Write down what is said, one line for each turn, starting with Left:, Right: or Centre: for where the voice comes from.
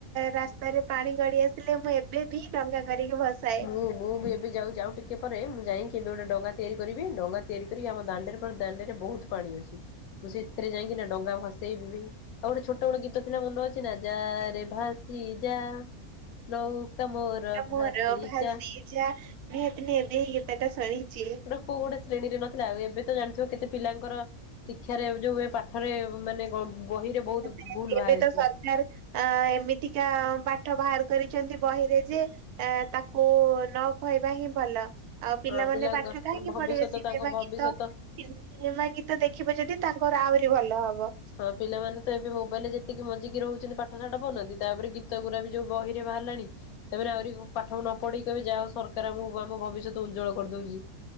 Right: ରାସ୍ତାରେ ପାଣି ଗଡି ଆସିଲେ ମୁଁ ଏବେ ବି ଡ଼ଙ୍ଗା କରିକି ଭସାଏ।
Left: ହଁ ମୁଁ ବି ଏବେ ଯାଉ ଆଉ ଟିକେ ପରେ ମୁଁ ଯାଇକି ଏବେ ଗୋଟେ ଡଙ୍ଗା ତିଆରି କରିବି ଡଙ୍ଗା ତିଆରି କରି ଆମ ଦାଣ୍ଡରେ ଦାଣ୍ଡରେ ବହୁତ୍ ପାଣି ଅଛି ମୁଁ ସେଇଥିରେ ଯାଇଁକିନା ଡଙ୍ଗା ଭସେଇବି। ଆଉ ଗୋଟେ ଛୋଟ ବେଳେ ଗୀତ ଥିଲା ମନ ଅଛି ନା ଯା ରେ ଭାସି ଯା। ନୌକା ମୋର
Right: ଏଟା ମୋର
Left: ଭାସି
Right: ଭାସି
Left: ଯା
Right: ଯା ନିତିିନ ଏବେ ଏଇ ଗୀତ ଟା ସାରିଛି।
Left: କୋଉ ଗୋଟେ ଶ୍ରେଣୀରେ ନଥିଲା ଆଉ ଏବେ ତ ଜାଣିଥିବ କେତେ ପିଲାଙ୍କର ଶିକ୍ଷାରେ ଯୋଉ ପାଠରେ ମାନେ ବହିରେ ବହୁତ
Right: ସେ
Left: ଭୁଲ ବାହାରିଛି।
Right: ଏବେ ତ ସ ଏଁ ଏମିତିକା ପାଠ ବାହାର କରିଛନ୍ତି ବହିରେ ଯେ ଏ ତାକୁ ନ କହିବା ହିଁ ଭଲ। ଆଉ ପିଲାମାନେ
Left: ହଁ ପିଲାଙ୍କ
Right: ପାଠ କାହିଁକି
Left: ଭବିଷ୍ୟତ
Right: ପଢ଼ିବେ ସିଧା
Left: ତାଙ୍କ
Right: ବା
Left: ଭବିଷ୍ୟତ
Right: ଗୀତ। ସିନେମା ଗୀତ ଦେଖିବେ ଯଦି ତାଙ୍କର ଆହୁରି ଭଲ ହବ।
Left: ହଁ ପିଲାମାନେ ତ ଏବେ ମୋବାଇଲ ରେ ଯେତିକି ମଞ୍ଜିକି ରହୁଛନ୍ତି ପାଠ ସାାଠ ପଢ଼ୁନାହାନ୍ତି ତାପରେ ଗୀତ ଗୁରା ବି ଯୋଉ ବହିରେ ବାହାରିଲାଣି। ସେମାନେ ଆହୁରି ପାଠକୁ ନ ପଢିକିବେ ଯାହା ହଉ ସରକାର ଆମକୁ ଆମ ଭବିଷ୍ୟତ ଉଜ୍ଜଳ କରିଦଉଛି।